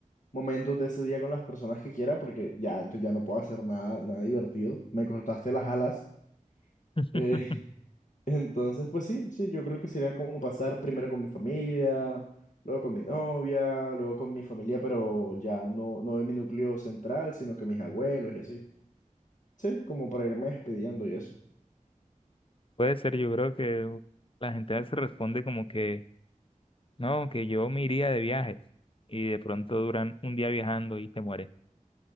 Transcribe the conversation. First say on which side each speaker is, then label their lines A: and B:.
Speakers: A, on the left; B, on the left.
A: momentos de ese día con las personas que quiera, porque ya, entonces ya no puedo hacer nada, nada divertido. Me cortaste las alas.
B: <laughs>
A: Eh, <laughs> entonces, pues sí, sí, yo creo que sería como pasar primero con mi familia, luego con mi novia, luego con mi familia, pero ya no, no de mi núcleo central, sino que mis abuelos y así. Sí, como para irme despidiendo y eso. <laughs>
B: Puede ser, yo creo que la gente se responde como que, no, que yo me iría de viaje y de pronto duran un día viajando y te muere.